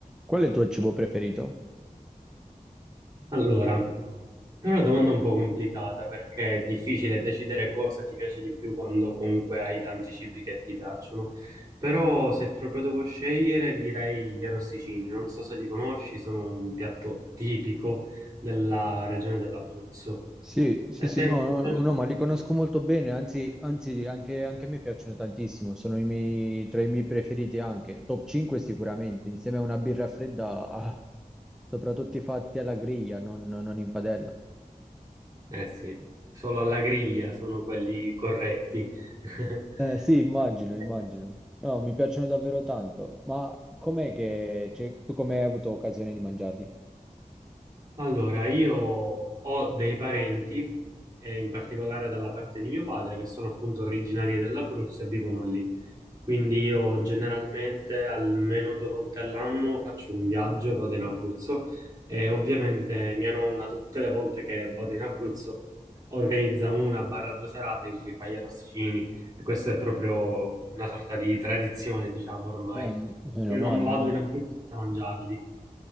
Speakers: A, in the centre; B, on the right.
A: Qual è il tuo cibo preferito?
B: Allora, è una domanda un po' complicata perché è difficile decidere cosa ti piace di più quando comunque hai tanti cibi che ti piacciono. Però se proprio devo scegliere direi gli arrosticini. Non so se li conosci, sono un piatto tipico della regione dell'Abruzzo.
A: Sì, sì,
B: E a
A: sì,
B: te
A: no, no,
B: invece?
A: no, ma li conosco molto bene, anzi, anzi anche, anche a me piacciono tantissimo, sono i miei, tra i miei preferiti anche, top 5 sicuramente, insieme a una birra fredda, ah, soprattutto fatti alla griglia, non, non in padella.
B: Eh sì, solo alla griglia sono quelli corretti. <laughs>
A: Eh, sì, immagino, immagino. No, mi piacciono davvero tanto, ma com'è che, cioè, tu come hai avuto occasione di mangiarli?
B: Allora, io ho dei parenti, eh, in particolare dalla parte di mio padre, che sono appunto originari dell'Abruzzo e vivono lì. Quindi io generalmente almeno due volte all'anno faccio un viaggio e vado in Abruzzo. E ovviamente mia nonna, tutte le volte che vado in Abruzzo, organizza una barra due serate in cui fa gli arrosticini. E questa è proprio una sorta di tradizione, diciamo ormai.
A: Eh, meno
B: Io non
A: male,
B: vado
A: men-
B: in Abruzzo senza mangiarli,